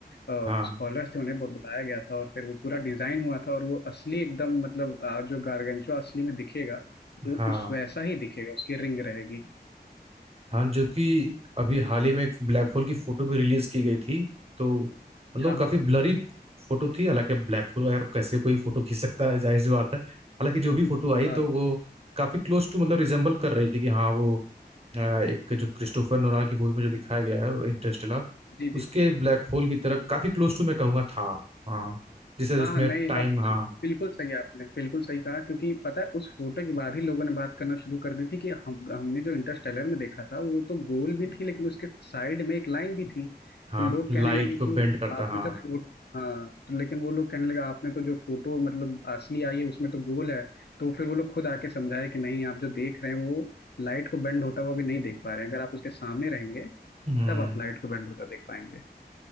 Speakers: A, on the left; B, on the right.
A: स्कॉलर्स
B: हाँ
A: थे उन्हें ब- बुलाया गया था और फिर वो पूरा डिजाइन हुआ था और वो असली एकदम मतलब आ, जो गार्गेंचुआ असली में दिखेगा वो
B: हाँ
A: उस वैसा ही दिखेगा उसकी रिंग रहेगी
B: हाँ जो कि अभी हाल ही में एक ब्लैक होल की फोटो भी रिलीज की गई थी तो मतलब
A: हाँ
B: काफी
A: हाँ
B: ब्लरी फोटो थी हालांकि अब ब्लैक होल यार कैसे कोई फोटो खींच सकता है जाहिर सी बात है हालांकि जो
A: <laughs>
B: भी फोटो आई तो
A: हाँ
B: वो काफी क्लोज टू मतलब रिजेम्बल कर रही थी कि हाँ वो अ, एक जो क्रिस्टोफर नोलान की मूवी में जो दिखाया गया है इंटरस्टेलर
A: जी जी
B: उसके ब्लैक होल की तरह काफी क्लोज टू मैं कहूंगा था हाँ जिसे
A: हाँ
B: उसमें
A: हाँ नहीं
B: टाइम
A: अब
B: हाँ
A: अब बिल्कुल सही है आपने बिल्कुल सही कहा क्योंकि पता है उस फोटो के बाद ही लोगों ने बात करना शुरू कर दी थी कि हम हमने जो इंटरस्टेलर में देखा था वो तो गोल भी थी लेकिन उसके साइड में एक लाइन भी थी
B: हाँ
A: तो लोग
B: लाइट
A: कहने लगे
B: को
A: कि
B: बेंड करता
A: आपने
B: हाँ
A: जो फोटो हाँ तो लेकिन वो लोग कहने लगे आपने तो जो फोटो मतलब असली आई है उसमें तो गोल है तो फिर वो लोग खुद आके समझाए कि नहीं आप जो देख रहे हैं वो लाइट को बेंड होता हुआ भी नहीं देख पा रहे हैं अगर आप उसके सामने रहेंगे
B: हम्म
A: तब आप लाइट को बेंड होता देख पाएंगे